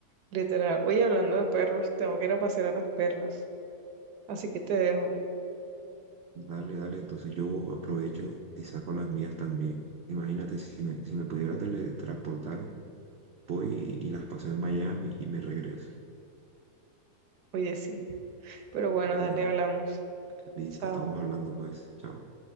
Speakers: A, on the right; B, on the right.
A: Literal. Oye, hablando de perros, tengo que ir a pasear a las perras. Así que te dejo.
B: Dale, dale, entonces yo aprovecho y saco las mías también. Imagínate, si me, si me pudiera teletransportar, voy y, y las paso en Miami y me regreso.
A: Oye, sí. Pero bueno,
B: Bueno.
A: dale, hablamos.
B: Listo,
A: Chao.
B: estamos hablando pues. Chao.